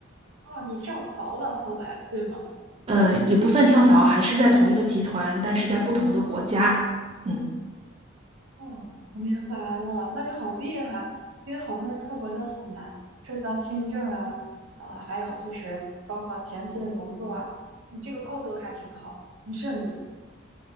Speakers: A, on the right; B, on the right.
A: 哦，你跳槽了，后来对吗？
B: 呃，也不算跳槽，还是在同一个集团，但是在不同的国家。嗯。
A: 哦，我明白了，那就好厉害，因为好多人出国真的很难，涉及到签证啊，呃，还有就是包括前期的融入啊，你这个过渡还挺好的，很顺利。